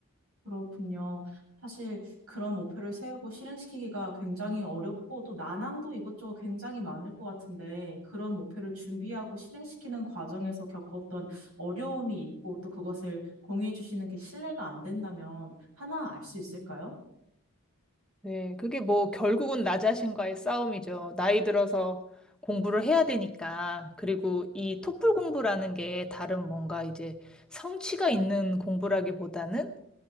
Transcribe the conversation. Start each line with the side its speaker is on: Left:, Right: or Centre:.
Right: 그렇군요. 사실 그런 목표를 세우고 실행시키기가 굉장히 어렵고 또 난항도 이것저것 굉장히 많을 것 같은데 그런 목표를 준비하고 실행시키는 과정에서 겪었던 어려움이 있고 또 그것을 공유해 주시는 게 신뢰가 안 된다면 하나 알 수 있을까요?
Centre: 네, 그게 뭐 결국은 나 자신과의 싸움이죠. 나이 들어서 공부를 해야 되니까. 그리고 이 토플 공부라는 게 다른 뭔가 이제 성취가 있는 공부라기보다는